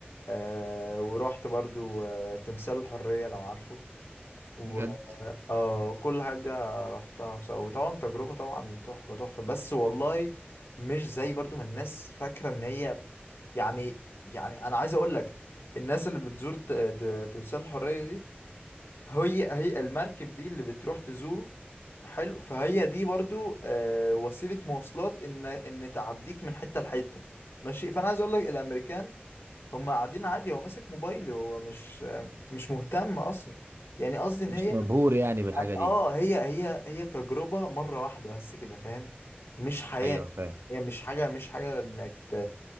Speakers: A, on the left; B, on the right.
A: آه ورحت برضو آه تمثال الحرية لو عارفه و
B: بجد
A: اه كل الحاجات دي رحتها بصراحة وطبعا تجربة طبعا تحفة تحفة بس والله مش زي برضو ما الناس فاكرة ان هي يعني يعني انا عايز اقول لك الناس اللي بتزور ت- ت- تمثال الحرية دي هي هي المركب دي اللي بتروح تزوره حلو فهي دي برضو آه، وسيلة مواصلات ان ان تعديك من حتة لحتة ماشي فانا عايز اقول لك الامريكان هم قاعدين عادي هو ماسك موبايله هو مش آه، مش مهتم اصلا يعني قصدي ان
B: مش
A: هي
B: مبهور يعني بالحاجة
A: يعني اه
B: دي
A: هي هي هي تجربة مرة واحدة بس كده فاهم مش حياة
B: ايوه فاهم
A: هي مش حاجة مش حاجة انك ت...